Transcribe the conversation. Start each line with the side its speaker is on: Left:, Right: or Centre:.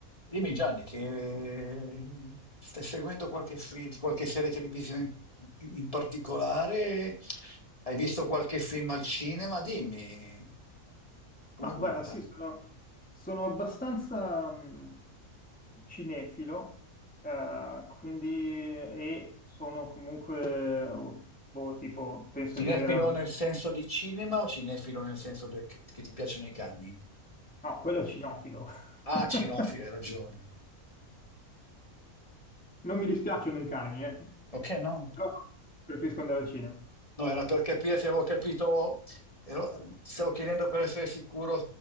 Left: Dimmi Gianni che stai seguendo qualche film, qualche serie televisiva in, in particolare? Hai visto qualche film al cinema? Dimmi, come
Centre: Ma
Left: butta?
Centre: guarda, sì, sono, sono abbastanza mh, cinefilo, eh, quindi e sono comunque, boh, tipo, penso
Left: Cinefilo
Centre: di aver... av-
Left: nel senso di cinema o cinefilo nel senso del- che ti piacciono i cani?
Centre: No, quello è cinofilo.
Left: Ah,
Centre: <laughs>
Left: cinofilo, hai ragione.
Centre: Non mi dispiacciono i cani, eh.
Left: Ok, no?
Centre: Però preferisco andare al cinema.
Left: No, era per capire se avevo capito, ero- stavo chiedendo per essere sicuro